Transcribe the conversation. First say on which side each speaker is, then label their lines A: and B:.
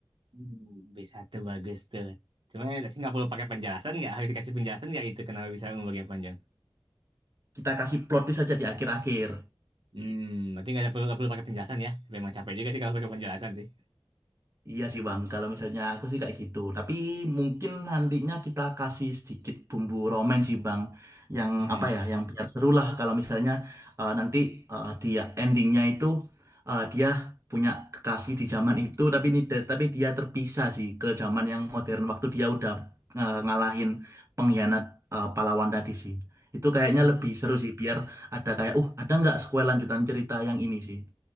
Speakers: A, on the right (about 70°); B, on the right (about 35°).
A: Hmm. Bisa tuh bagus tuh. Cuma eh, tapi nggak perlu pakai penjelasan nggak? Harus dikasih penjelasan nggak itu kenapa bisa ungu bagian panjang?
B: Kita kasih plot twist aja di akhir-akhir.
A: Hmm. Berarti nggak ada perlu, nggak perlu pakai penjelasan ya? Memang capek juga sih kalau pakai penjelasan sih.
B: Iya sih Bang, kalau misalnya aku sih kayak gitu. Tapi mungkin nantinya kita kasih sedikit bumbu romen sih Bang. Yang
A: Hmm.
B: apa ya, yang biar seru lah kalau misalnya eh, nanti eh, dia endingnya itu eh, dia punya kekasih di zaman itu tapi ini tapi dia terpisah sih ke zaman yang modern waktu dia udah eh, ngalahin pengkhianat eh, pahlawan tadi sih. Itu kayaknya
A: Oh,
B: lebih seru sih biar ada kayak uh ada nggak sequel lanjutan cerita yang ini sih.